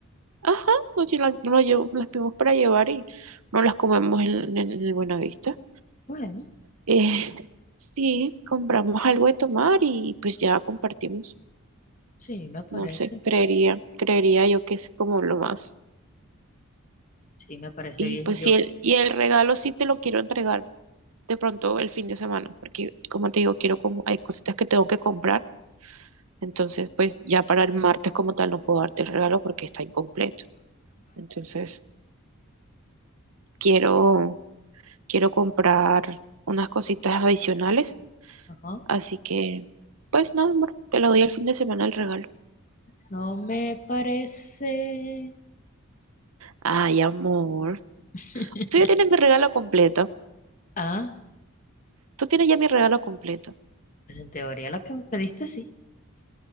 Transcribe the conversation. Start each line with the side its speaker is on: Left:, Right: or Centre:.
Right: Ajá, nos, lle- la- nos la llevo- las pedimos para llevar y nos las comemos en, en, en el Buenavista.
Left: Bueno,
Right: Eh, sí, compramos algo de tomar y pues ya compartimos.
Left: sí, me parece.
Right: No sé, creería, creería yo que es como lo más.
Left: Sí, me parece
Right: Y
Left: bien.
Right: pues
Left: Yo,
Right: sí, el, y el regalo sí te lo quiero entregar de pronto el fin de semana, porque como te digo, quiero como, hay cositas que tengo que comprar, entonces pues ya para el martes como tal no puedo darte el regalo porque está incompleto. Entonces quiero, quiero comprar unas cositas adicionales,
Left: ajá.
Right: así que pues nada, amor, te lo doy el fin de semana el regalo.
Left: No me parece.
Right: Ay, amor.
Left: <laughs>
Right: Tú ya tienes mi regalo completo.
Left: Ah,
Right: Tú tienes ya mi regalo completo.
Left: pues en teoría lo que me pediste sí.